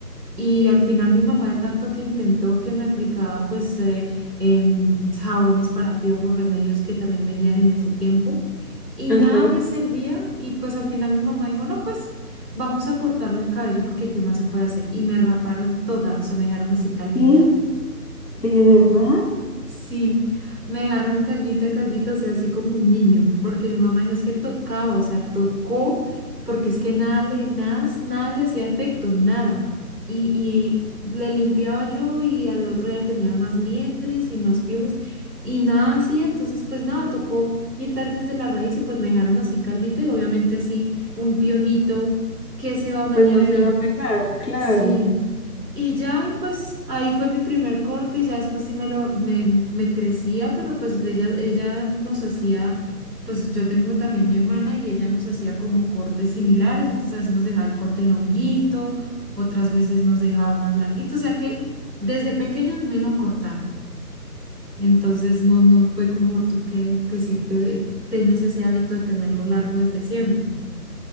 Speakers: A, in the centre; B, on the left.
A: Y al final mi mamá de tanto que intentó que me aplicaba pues eh, em, jabones para piojos, remedios que también vendían en ese tiempo y
B: Ajá.
A: nada me servía y pues al final mi mamá dijo, no, pues vamos a cortarle el cabello porque qué más se puede hacer. Y me raparon toda, o sea, me dejaron así calvita.
B: ¿Qué? ¿De verdad?
A: Sí, me dejaron calvita, calvita, o sea, así como un niño, porque mi mamá dijo, es que tocaba, o sea, tocó, porque es que nada le, nada, nada le hacía efecto, nada. Y, y le limpiaba yo y al otro ya tenía más liendres y más piojos y nada así, entonces pues nada, tocó quitar desde la raíz y pues me dejaron así calvita y obviamente así un piojito que se va a mañar
B: Pues no
A: ahí.
B: se va a pegar, claro.
A: Sí. Y ya, y pues ahí fue mi primer corte y ya después sí me lo me, me crecía, pero pues ella, ella nos hacía, pues yo tengo también mi hermana y ella nos hacía como cortes similares, entonces a veces nos dejaba el corte en honguito, otras veces nos dejaba más larguito, o sea que desde pequeña me lo cortaron, entonces no, no fue como tú que, que sí te, tienes ese hábito de tenerlo largo desde siempre.